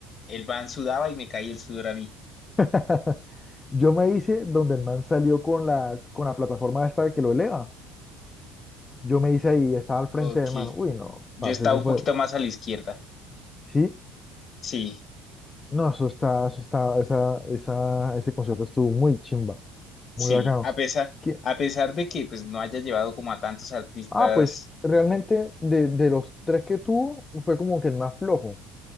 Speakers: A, on the left (about 45°); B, on the left (about 25°).
A: el van sudaba y me caí el sudor a mí.
B: <laughs> Yo me hice donde el man salió con las, con la plataforma esta que lo eleva. Yo me hice ahí, estaba al frente
A: Ok,
B: del man. Uy, no,
A: yo
B: parce,
A: estaba
B: eso
A: un
B: fue.
A: poquito más a la izquierda.
B: Sí,
A: Sí,
B: No, eso está, eso está, esa, esa, ese concierto estuvo muy chimba,
A: sí,
B: muy bacano.
A: a pesar,
B: Que,
A: a pesar de que pues no haya llevado como a tantos artistas,
B: ah, pues realmente de, de los tres que tuvo fue como que el más flojo,